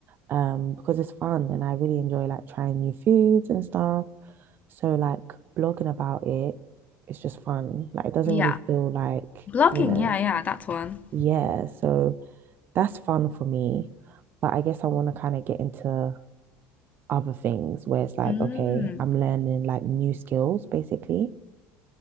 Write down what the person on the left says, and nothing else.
Yeah,
blogging.
Yeah, yeah, that's one.
Mm.